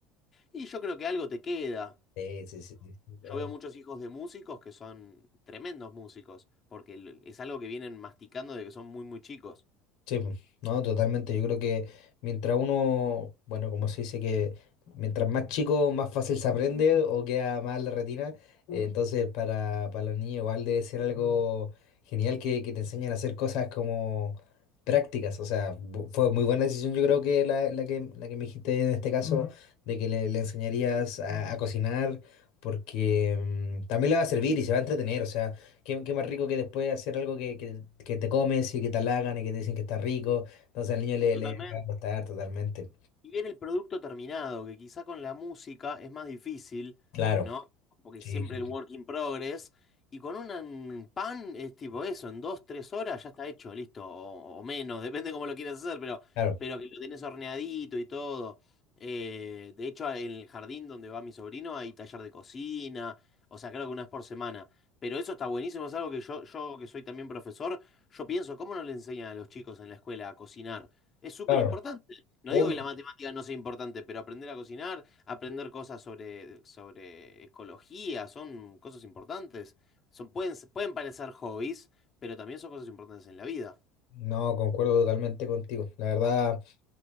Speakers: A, on the left (about 30°); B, on the left (about 70°).
A: Y yo creo que algo te queda.
B: Sí, sí, sí, sí, totalmente.
A: Yo veo muchos hijos de músicos que son tremendos músicos, porque l- es algo que vienen masticando de que son muy, muy chicos.
B: Sí, po. no, totalmente. Yo creo que mientras uno, bueno, como se dice que mientras más chico, más fácil se aprende o queda más en la retina. eh, entonces, para, para los niños igual debe ser algo genial que, que te enseñen a hacer cosas como prácticas. O sea, bu- fue muy buena decisión, yo creo que la, la que, la que me dijiste en este caso, Ujú. de que le, le enseñarías a, a cocinar, porque mm, también le va a servir y se va a entretener. O sea. Qué, qué más rico que después hacer algo que, que- que te comes y que te halagan y que te dicen que está rico. Entonces al niño le,
A: totalmente
B: le, le va a gustar totalmente.
A: Y bien el producto terminado, que quizá con la música es más difícil,
B: Claro,
A: ¿no? Porque
B: sí,
A: siempre
B: sí,
A: el
B: sí,
A: work in progress. Y con un an- pan es tipo eso, en dos, tres horas ya está hecho, listo, o, o menos, <laughs> depende cómo lo quieras hacer, pero,
B: claro,
A: pero que lo tenés horneadito y todo. Eh, de hecho, en el jardín donde va mi sobrino hay taller de cocina, o sea, creo que una vez por semana. Pero eso está buenísimo, es algo que yo, yo que soy también profesor, yo pienso, ¿cómo no le enseñan a los chicos en la escuela a cocinar? Es súper
B: claro.
A: importante. No
B: Obvio.
A: digo que la matemática no sea importante, pero aprender a cocinar, aprender cosas sobre, sobre ecología, son cosas importantes. Son, pueden, pueden parecer hobbies, pero también son cosas importantes en la vida.
B: No, concuerdo totalmente contigo. La verdad,